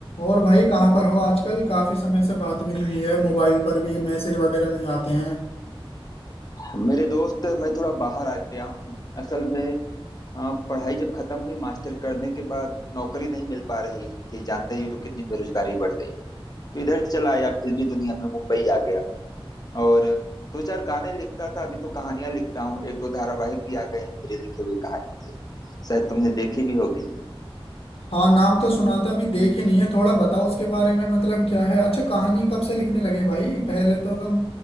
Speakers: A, on the left; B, on the left.
A: और भाई कहाँ पर हो आजकल काफी समय से बात भी नहीं हुई है मोबाइल पर भी मैसेज वगैरह नहीं आते हैं
B: मेरे दोस्त मैं थोड़ा बाहर आ गया हूँ असल में अ, पढ़ाई जब खत्म हुई मास्टर करने के बाद नौकरी नहीं मिल पा रही थी जानते ही हो कितनी बेरोजगारी बढ़ गई तो इधर चला आया फिल्मी दुनिया में मुंबई आ गया और दो चार गाने लिखता था अभी तो कहानियां लिखता हूँ एक दो धारावाहिक भी आ गए हैं मेरे लिखे हुए कहानियों के शायद तुमने देखी भी होगी
A: हाँ नाम तो सुना था अभी देख ही नहीं है थोड़ा बताओ उसके बारे में मतलब क्या है अच्छा कहानी कब से लिखने लगे भाई पहले तो तुम